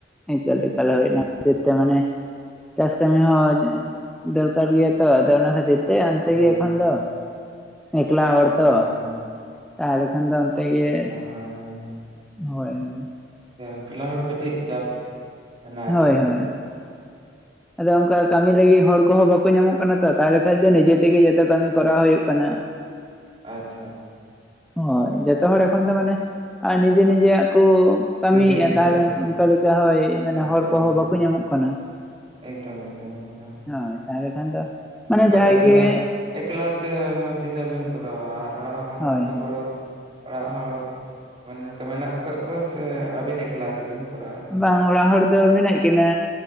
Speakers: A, in the centre; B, on the right.
A: ᱮᱠᱟᱞ ᱮᱠᱟᱞ ᱟᱨ ᱦᱳᱭ ᱚᱱᱟ ᱠᱷᱟᱹᱛᱤᱨ ᱛᱮ ᱢᱟᱱᱮ ᱪᱟᱥ ᱠᱟᱹᱢᱤ ᱦᱚᱸ
B: ᱦᱮᱸ
A: ᱫᱚᱨᱠᱟᱨ ᱜᱮᱭᱟ ᱛᱚ ᱟᱫᱚ ᱚᱱᱟ ᱠᱷᱟᱹᱛᱤᱨ ᱛᱮ ᱚᱱᱛᱮ
B: ᱦᱮᱸ
A: ᱜᱮ ᱮᱠᱷᱚᱱ ᱫᱚ ᱮᱠᱞᱟ ᱦᱚᱲ ᱛᱚ
B: ᱦᱮᱸ
A: ᱛᱟᱦᱚᱞᱮ ᱠᱷᱟᱱ ᱫᱚ ᱚᱱᱛᱮ ᱜᱮ
B: ᱦᱮᱸ ᱦᱮᱸ ᱦᱮᱸ ᱾
A: ᱦᱳᱭ ᱦᱳᱭ ᱾
B: ᱮᱠᱞᱟ ᱦᱚᱲ ᱠᱟᱹᱴᱤᱡ ᱪᱟᱯ ᱢᱮᱱᱟᱜ
A: ᱦᱳᱭ
B: ᱠᱟᱫᱟ
A: ᱦᱳᱭ
B: ᱾
A: ᱟᱫᱚ ᱚᱱᱠᱟ ᱠᱟᱹᱢᱤ ᱞᱟᱹᱜᱤᱫ ᱦᱚᱲ ᱠᱚᱦᱚᱸ ᱵᱟᱠᱚ ᱧᱟᱢᱚᱜ ᱠᱟᱱᱟ ᱛᱚ ᱛᱟᱦᱚᱞᱮ ᱠᱷᱟᱡᱽ ᱫᱚ ᱱᱤᱡᱮ ᱛᱮᱜᱮ ᱡᱚᱛᱚ ᱠᱟᱹᱢᱤ ᱠᱚᱨᱟᱣ ᱦᱩᱭᱩᱜ ᱠᱟᱱᱟ ᱾
B: ᱟᱪᱪᱷᱟ ᱾
A: ᱦᱳᱭ ᱡᱚᱛᱚ ᱦᱚᱲ ᱮᱠᱷᱚᱱ ᱫᱚ ᱢᱟᱱᱮ ᱱᱤᱡᱮ ᱱᱤᱡᱮᱭᱟᱜ ᱠᱚ ᱠᱟᱹᱢᱤᱭᱮᱜ-ᱟ
B: ᱱᱤᱡᱮᱨ ᱱᱤᱡᱮᱨᱟᱜ
A: ᱛᱟᱦᱞᱮ ᱚᱱᱠᱟ ᱞᱮᱠᱟ ᱦᱳᱭ ᱢᱟᱱᱮ
B: ᱮᱠᱫᱚᱢ
A: ᱦᱚᱲ ᱠᱚᱦᱚᱸ ᱵᱟᱠᱚ ᱧᱟᱢᱚᱜ ᱠᱟᱱᱟ ᱾
B: ᱮᱠᱫᱚᱢ ᱮᱠᱫᱚᱢ ᱮᱠᱫᱚ
A: ᱦᱳᱭ ᱛᱟᱦᱚᱞᱮ ᱠᱷᱟᱱ ᱫᱚ ᱢᱟᱱᱮ ᱡᱟᱦᱟᱸᱭ
B: ᱮᱠᱞᱟ
A: ᱜᱮ
B: ᱮᱠᱞᱟ ᱛᱮ ᱛᱤᱱᱟᱹᱜ ᱵᱤᱱ ᱠᱚᱨᱟᱣᱟ ᱟᱨ ᱚᱲᱟᱜ ᱦᱚᱲ
A: ᱦᱳᱭ
B: ᱚᱱᱠᱟ
A: ᱦᱳᱭ
B: ᱜᱚᱲᱚ ᱚᱲᱟᱜ ᱦᱚᱲ ᱢᱟᱱ ᱚᱱᱠᱟ ᱢᱮᱱᱟᱜ ᱟᱠᱟᱫ ᱠᱚᱣᱟ ᱥᱮ ᱟᱵᱤᱱ ᱮᱠᱞᱟ ᱛᱮᱵᱤᱱ ᱠᱚᱨᱟᱣ-ᱟ
A: ᱵᱟᱝ ᱚᱲᱟᱜ ᱦᱚᱲ ᱫᱚ ᱢᱤᱱᱟᱜ ᱠᱤᱱᱟᱹ